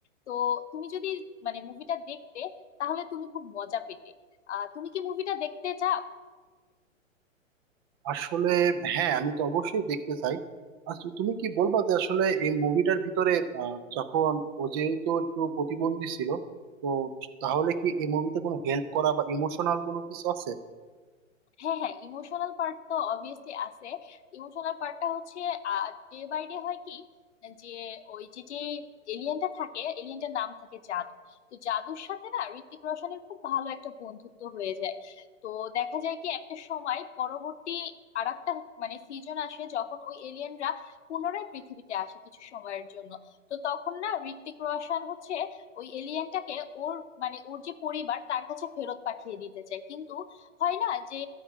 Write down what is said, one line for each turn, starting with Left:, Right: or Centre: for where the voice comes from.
Left: তো তুমি যদি মানে মুভিটা দেখতে তাহলে তুমি খুব মজা পেতে আহ তুমি কি মুভিটা দেখতে চাও
Right: আসলে হ্যাঁ আমি তো অবশ্যই দেখতে চাই আচ্ছা তুমি কি বলবা যে আসলে এই মুভিটার ভিতরে আহ, যখন ও যেহেতু একটু প্রতিবন্ধী ছিল তো তাহলে কি এই মুভিতে কোনো হেল্প করা বা ইমোশনাল কোনো কিছু আছে
Left: হ্যাঁ হ্যাঁ ইমোশনাল পার্ট তো অবভিয়াসলি আছে ইমোশনাল পার্টটা হচ্ছে ডে বাই ডে হয় কি যে ওই যে যে এলিয়েনটা থাকে এলিয়েনটার নাম থাকে জাদু তো জাদুর সাথে না ঋত্বিক রোশনের খুব ভালো একটা বন্ধুত্ব হয়ে যায় তো দেখা যায় কি একটা সময় পরবর্তী আর একটা মানে সিজন আসে যখন ওই এলিয়েনরা পুনরায় পৃথিবীতে আসে কিছু সময়ের জন্য তো তখন না ঋত্বিক রোশন হচ্ছে ওই এলিয়েনটাকে ওর মানে ওর যে পরিবার তার কাছে ফেরত পাঠিয়ে দিতে চায় কিন্তু হয় না যে